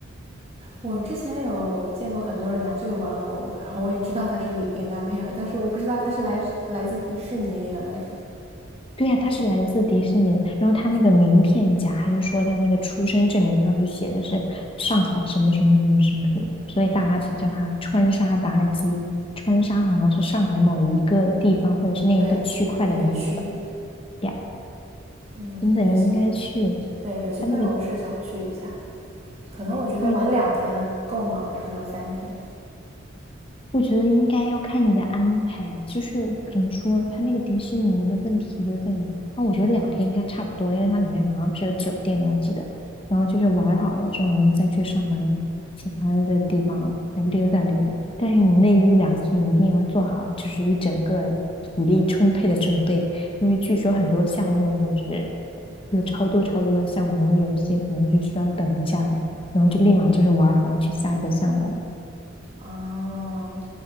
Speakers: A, on the right; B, on the left.
A: 我之前有见过很多人拿这个玩偶的，然后我也知道它是琳娜贝尔，但是我不知道它是来自来自迪士尼，原来是，
B: 对呀、他是来自迪士尼的。然后他那个名片夹，还是说他那个出生证明上就写的是上海什么什么什么什么什么，所以大家才叫他川沙妲己。川沙好像是上海某一个地方或者是那一个区块的名字吧。
A: 对对，一个区，
B: 呀，
A: 嗯有机，
B: 真的，你应该去
A: 对，有机会我是想去一下，
B: 他那个
A: 可能我觉得玩两天够吗？
B: 二
A: 还是说三天？
B: 我觉得应该要看你的安排，就是怎么说，它那个迪士尼的问题就在于，啊，我觉得两天应该差不多，因为它里面好像是有酒店的，我记得。然后就是玩好了之后，然后再去上海其他的地方再溜达溜达。但是你那一两天一定要做好，就是一整个体力充沛的准备，因为据说很多项目就是有超多超多的项目，然后有一些可能是需要等一下，然后就立马就是玩好了去下一个项目。了。
A: 啊，嗯